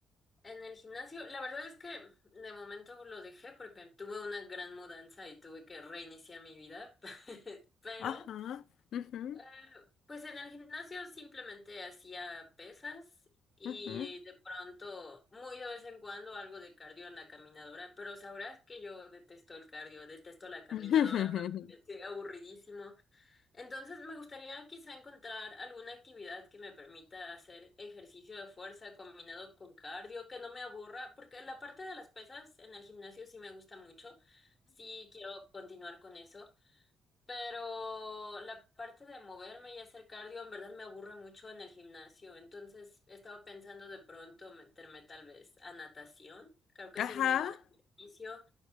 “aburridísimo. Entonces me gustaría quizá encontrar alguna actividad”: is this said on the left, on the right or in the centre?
Left